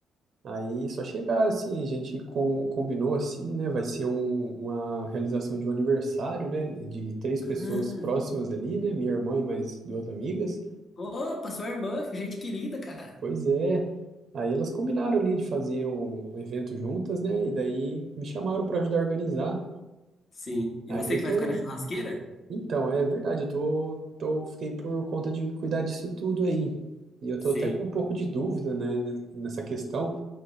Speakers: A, on the right; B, on the left.
A: Aí só chegar assim, a gente com- combinou assim, né? Vai ser um- uma realização de um aniversário, né? De três
B: Ah,
A: pessoas próximas ali, né? Minha irmã e mais duas amigas.
B: opa, sua irmã, que gente querida, cara.
A: Pois é. Aí elas combinaram ali de fazer um, um evento juntas, né? E daí me chamaram para ajudar a organizar.
B: Sim. E
A: Aí
B: você
A: eu
B: que
A: tô.
B: vai ficar na churrasqueira?
A: Então, é verdade, eu tô, tô, fiquei por conta de cuidar disso tudo aí. E eu
B: Sim.
A: tô até com um pouco de dúvida, né, ne- nessa questão.